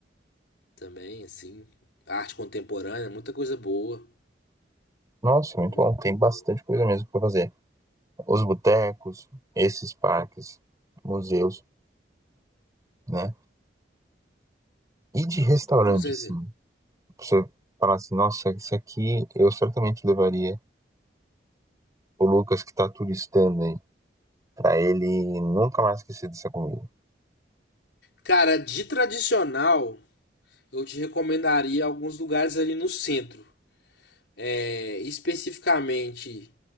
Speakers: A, on the left; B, on the right.
A: também, assim. Arte contemporânea, muita coisa boa.
B: Nossa, muito
A: Muita
B: bom. Tem
A: coisa
B: bastante
A: boa.
B: coisa mesmo para fazer. Os botecos, esses parques, museus, né? E de restaurante,
A: Com certeza.
B: assim, você falar assim, nossa, isso aqui eu certamente levaria o Lucas que tá turistando aí, pra ele nunca mais esquecer dessa comida.
A: Cara, de tradicional. eu te recomendaria alguns lugares ali no centro. É, especificamente